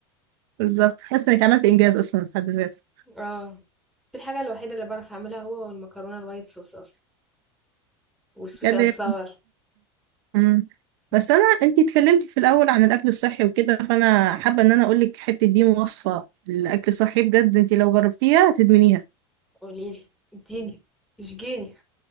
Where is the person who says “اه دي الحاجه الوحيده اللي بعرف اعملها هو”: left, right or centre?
Centre